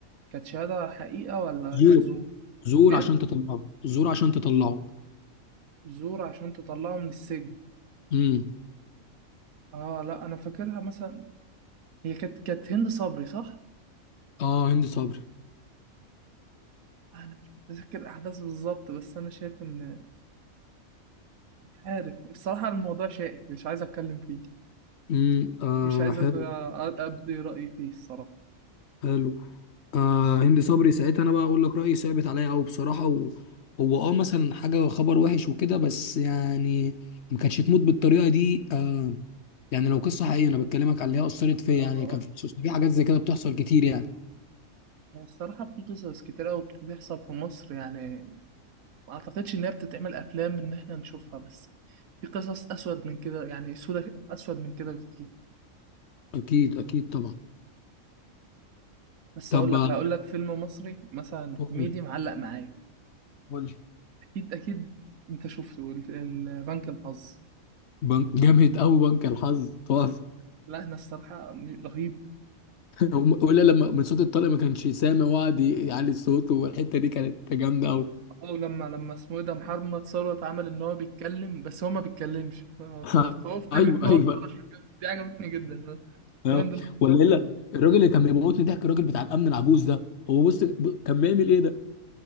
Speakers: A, on the right (about 90°); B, on the left (about 60°).
A: كانت شهادة حقيقة ولا
B: زور
A: كانت زور؟
B: زور
A: إيه؟
B: عشان تطلعه زور عشان تطلعه
A: زور عشان تطلعه من السجن
B: امم
A: اه لا انا فاكرها مثلا هي كانت كانت هند صبري صح
B: اه هند صبري
A: آه، انا مش متذكر احداث بالظبط بس انا شايف ان مش عارف الصراحه الموضوع شائك مش عايز اتكلم فيه
B: امم آه
A: مش عايز
B: حلو
A: أب- ابدي رايي فيه الصراحه
B: حلو آه هند صبري ساعتها انا بقى اقول لك رايي ثابت عليا قوي بصراحه و... هو اه مثلا حاجه خبر وحش وكده بس يعني ما كانتش تموت بالطريقه دي آه يعني لو قصه حقيقيه انا بكلمك على اللي هي اثرت فيا
A: اه
B: يعني
A: اه
B: كان في في حاجات زي كده بتحصل كتير يعني
A: يعني الصراحه في قصص كتير قوي بتحصل في مصر يعني ما اعتقدش ان هي بتتعمل افلام ان احنا نشوفها بس في قصص اسود من كده يعني سودة اسود من كده كتير
B: اكيد اكيد طبعا
A: بس
B: طب
A: اقول لك
B: آه،
A: هقول لك فيلم مصري مثلا كوميدي
B: قول
A: معلق معايا
B: قول.
A: اكيد اكيد انت شفته ال- البنك الحظ
B: بنك جامد قوي بنك الحظ تقف
A: لا احنا الصراحة م- رهيب
B: هم- ولا لما من صوت الطلق ما كانش سامع وقعد يعلي صوته والحته دي كانت جامده قوي
A: اه ولما لما اسمه ايه ده محمد ثروت عمل ان هو بيتكلم بس هو ما بيتكلمش ف- ف-
B: <laughs>
A: فهو افتكر
B: ايوه
A: ان
B: ايوه
A: هو اتطرش بجد دي عجبتني جدا انا
B: أيوة.
A: تقريبا ده اللي قصدي
B: ولا الا
A: عليه.
B: الراجل اللي كان بيموتني ضحك الراجل بتاع الامن العجوز ده هو بص ب- كان بيعمل ايه ده